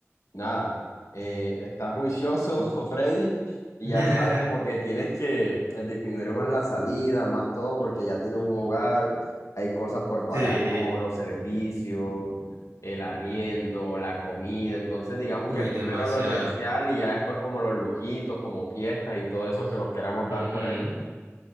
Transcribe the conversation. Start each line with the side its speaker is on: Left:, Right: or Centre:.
Left: nada, eh, estar juicioso, <laughs> Freddy, y
Right: <laughs>
Left: ya sabes como que tienes que eh, disminuir más la salida, más todo, porque ya tienes un hogar, hay cosas por pagar,
Right: Sí.
Left: como los servicios, el arriendo, la comida, entonces digamos
Right: Uy,
Left: que primero
Right: demasiado.
Left: lo esencial y ya después como los lujitos, como fiestas y todo eso que nos queramos
Right: Ujú.
Left: dar por ahí.